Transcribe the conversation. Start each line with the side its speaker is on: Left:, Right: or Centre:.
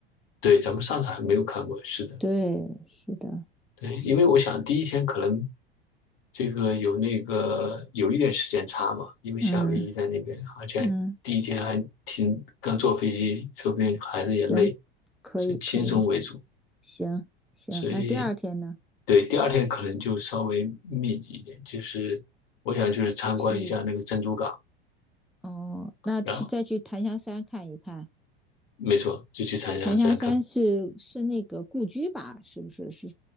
Left: 对咱们上次还没有看过，是的，
Centre: 对，是的。
Left: 对，因为我想第一天可能这个有那个有一点时间差嘛，因为夏威夷在那边，
Centre: 嗯
Left: 而且第一天还挺刚坐飞机，
Centre: 嗯，
Left: 说不定孩子也累，
Centre: 行，可以可以。
Left: 所以轻松为主，
Centre: 行行，
Left: 所以
Centre: 那第二天呢？
Left: 对第二天可能就稍微密集一点，就是我想就是参观一下那个珍珠港，
Centre: 去哦，那去再去檀香山看一看。
Left: 然后没错就去长江山看看。
Centre: 檀香山是是那个故居吧？是不是？是，